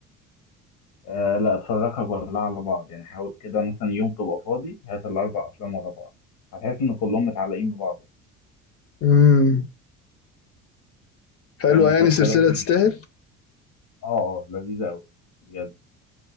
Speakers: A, on the left; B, on the left.
A: أه لا اتفرجها كلها على بعض يعني حاول كده مثلا يوم تبقى فاضي هات الاربع افلام ورا بعض هتحس ان كلهم متعلقين ببعض
B: امم حلوة
A: فمسلسلات
B: يعني سلسلة تستاهل
A: اه اه لذيذة أوي بجد